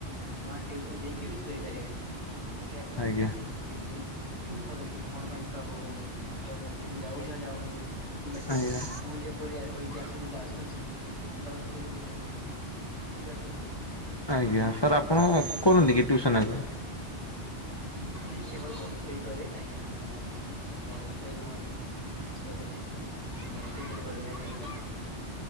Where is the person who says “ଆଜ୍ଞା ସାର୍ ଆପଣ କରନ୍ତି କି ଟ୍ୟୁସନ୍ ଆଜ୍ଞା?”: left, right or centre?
Left